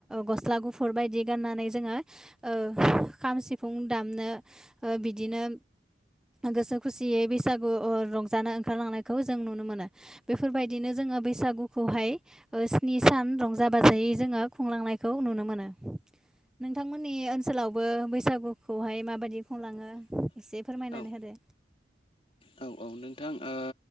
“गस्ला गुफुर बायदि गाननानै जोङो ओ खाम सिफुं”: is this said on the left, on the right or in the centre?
Centre